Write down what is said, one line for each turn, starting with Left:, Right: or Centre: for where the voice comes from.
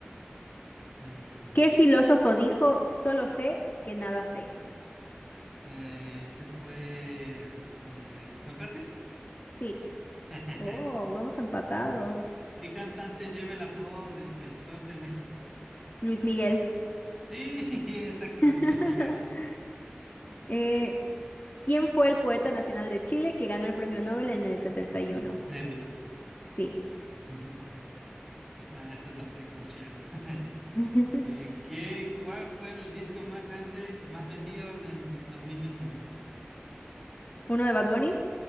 Centre: mm,
Left: ¿Qué filósofo dijo, solo sé que nada sé?
Centre: eh, ese fue eh, Sócrates.
Left: Sí.
Centre: <laughs>
Left: Oh, vamos empatados.
Centre: ¿Qué cantante lleva el apodo de El Sol de México?
Left: Luis Miguel.
Centre: Sí, <laughs> exacto,
Left: <laughs>
Centre: es Luis Miguel
Left: Eh, ¿quién fue el poeta nacional de Chile que ganó el premio Nobel en el 71?
Centre: Neruda.
Left: Sí.
Centre: <laughs> Eso, eso lo sé como chileno. <laughs>
Left: <laughs>
Centre: Eh, ¿qué, cuál fue el disco más grande, más vendido en el 2021?
Left: ¿Uno de Bad Bunny?